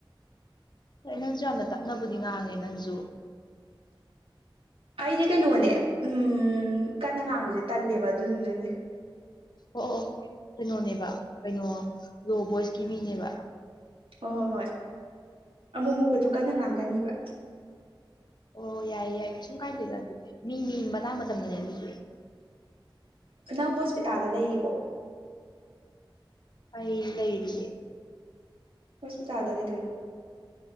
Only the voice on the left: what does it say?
ꯍꯣꯏ ꯅꯪꯁꯨ ꯌꯥꯝꯅ ꯇꯞꯅꯕꯨꯗꯤ ꯉꯥꯡꯉꯦ ꯅꯪꯁꯨ
ꯑꯣ ꯑꯣ ꯀꯩꯅꯣꯅꯦꯕ ꯀꯩꯅꯣ ꯂꯣ ꯚꯣꯏꯁꯀꯤ ꯃꯤꯅꯦꯕ
ꯑꯣ ꯌꯥꯏꯌꯦ ꯌꯥꯏꯌꯦ ꯀꯩꯁꯨꯝ ꯀꯥꯏꯗꯦꯗ ꯑꯗꯨꯗꯤ ꯃꯤ ꯃꯤ ꯃꯇꯥꯡ ꯃꯇꯝꯗꯅꯦ ꯂꯗ
ꯑꯩ ꯂꯩꯔꯤꯌꯦ